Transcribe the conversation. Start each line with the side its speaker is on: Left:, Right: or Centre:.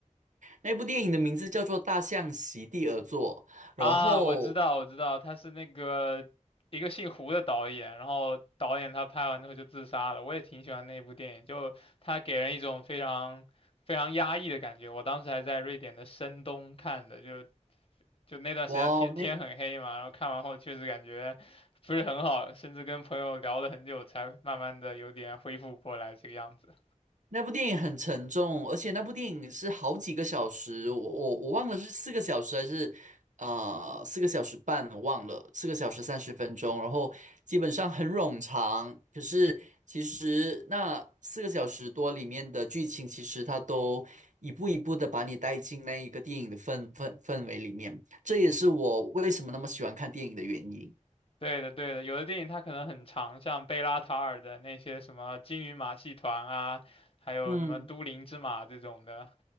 Right: 那部电影的名字叫做《大象席地而坐》，然后
Left: 啊，我知道，我知道，他是那个一个姓胡的导演，然后导演他拍完之后就自杀了。我也挺喜欢那部电影，就他给人一种非常非常压抑的感觉。我当时还在瑞典的深冬看的，就就那段时间天天很黑嘛，
Right: 哇哦那
Left: 然后看完后确实感觉不是很好，甚至跟朋友聊了很久才慢慢的有点恢复过来这个样子。
Right: 那部电影很沉重，而且那部电影是好几个小时，我我我忘了是四个小时还是啊四个小时半，我忘了，四个小时三十分钟，然后基本上很冗长。可是其实那四个小时多里面的剧情，其实它都一步一步的把你带进那一个电影的氛氛氛围里面，这也是我为什么那么喜欢看电影的原因。
Left: 对的，对的，有的电影它可能很长，像贝拉塔尔的那些什么《金鱼马戏团》啊，还有什么《都灵之马》这种的，
Right: 嗯。